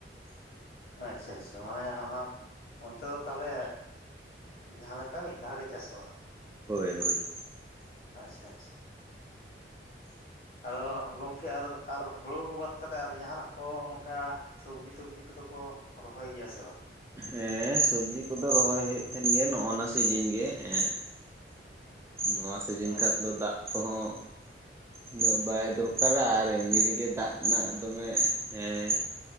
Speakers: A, on the left; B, on the right.
A: ᱟᱪᱪᱷᱟ ᱟᱪᱪᱷᱟ ᱢᱟᱱᱮ ᱚᱱᱟ ᱚᱱᱛᱮ ᱫᱚ ᱛᱟᱦᱚᱞᱮ ᱡᱟᱦᱟ ᱞᱮᱠᱟ ᱢᱤᱫ ᱫᱷᱟᱣ ᱜᱮ ᱪᱟᱥᱚᱜ-ᱟ᱾
B: ᱦᱳᱭ ᱦᱳᱭ᱾
A: ᱟᱪᱪᱷᱟ ᱟᱪᱪᱷᱟ᱾ ᱟᱫᱚ ᱜᱚᱢᱠᱮ ᱟᱫᱚ ᱟᱨ ᱦᱳᱲᱳ ᱵᱟᱫ ᱠᱟᱛᱮᱫ ᱟᱨᱚ ᱡᱟᱦᱟᱱᱟᱜ ᱠᱚ ᱚᱱᱠᱟ ᱥᱚᱵᱽᱡᱤ ᱴᱚᱵᱡᱤ ᱠᱚᱫᱚ ᱠᱚ ᱨᱚᱦᱚᱭ ᱜᱮᱭᱟ ᱥᱮ ᱵᱟᱝ?
B: ᱦᱮᱸ ᱥᱚᱵᱡᱤ ᱠᱚᱫᱚ ᱨᱚᱦᱚᱭ ᱦᱩᱭᱩᱜ ᱛᱟᱦᱮᱸᱱ ᱜᱮᱭᱟ ᱱᱚᱜᱼᱚ ᱱᱟ ᱥᱤᱡᱤᱱ ᱜᱮ ᱮᱸ ᱱᱚᱣᱟ ᱥᱤᱡᱤᱱ
A: ᱦᱩᱸ
B: ᱠᱷᱟᱱ ᱫᱚ ᱫᱟᱜ ᱠᱚᱦᱚᱸ ᱩᱱᱟᱹᱜ ᱵᱟᱭ ᱫᱚᱨᱠᱟᱨᱟ, ᱟᱨ ᱮᱢᱱᱤ ᱨᱮᱜᱮ ᱫᱟᱜ ᱨᱮᱱᱟᱜ ᱫᱚᱢᱮ ᱦᱮᱸ